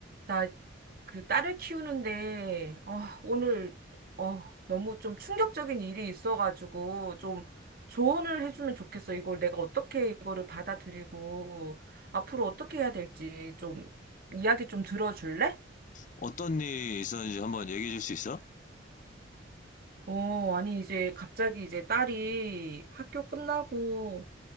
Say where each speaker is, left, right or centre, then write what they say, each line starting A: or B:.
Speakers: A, on the right; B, on the left.
A: 나 그 딸을 키우는데, 어, 오늘, 어, 너무 좀 충격적인 일이 있어가지고, 좀 조언을 해주면 좋겠어. 이걸 내가 어떻게 이거를 받아들이고, 앞으로 어떻게 해야 될지 좀 이야기 좀 들어줄래?
B: 어떤 일이 있었는지 한번 얘기해 줄 수 있어?
A: 어, 아니, 이제 갑자기 이제 딸이 학교 끝나고,